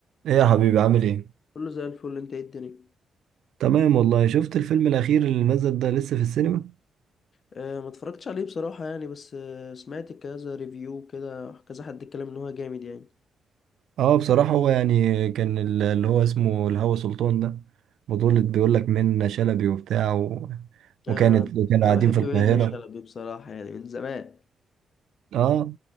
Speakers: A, on the right (about 65°); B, on the left (about 40°).
A: ايه يا حبيبي عامل ايه
B: كله زي الفل انت ايه الدنيا
A: تمام والله شفت الفيلم الاخير اللي نزل ده لسه في السينما
B: أه ما اتفرجتش عليه بصراحة يعني بس أه سمعت كذا ريفيو كده كذا حد اتكلم ان هو جامد يعني
A: اه بصراحة هو يعني كان ال- اللي هو اسمه الهوى سلطان ده بطولة بيقول لك منة شلبي وبتاع و...
B: أه
A: وكانت كانوا
B: انا
A: قاعدين
B: بحب
A: في القاهرة
B: منة شلبي بصراحة يعني من زمان
A: اه